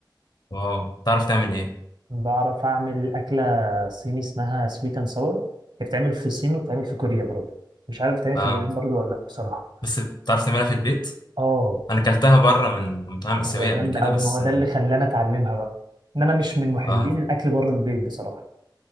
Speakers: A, on the left; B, on the right.
A: واو بتعرف تعمل ايه
B: بعرف اعمل اكله صيني اسمها سويت اند ساور هي بتتعمل في الصين وبتتعمل في كوريا برضه مش عارف بتتعمل
A: اه
B: في اليابان برضه ولا لا بصراحه
A: بس بتعرف تعملها في البيت
B: اه
A: انا اكلتها بره من مطاعم اسيويه
B: هي جامده
A: قبل كده
B: قوي
A: بس
B: ما هو ده
A: اه
B: اللي خلاني اتعلمها بقى ان انا مش من محبين
A: اه
B: الاكل بره البيت بصراحه